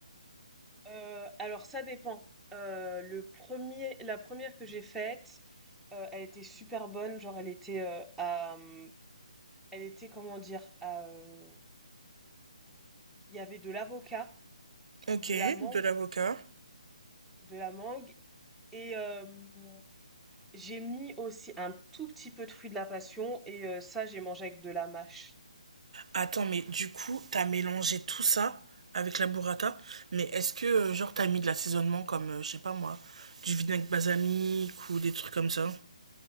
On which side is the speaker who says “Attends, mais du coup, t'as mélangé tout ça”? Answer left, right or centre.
Right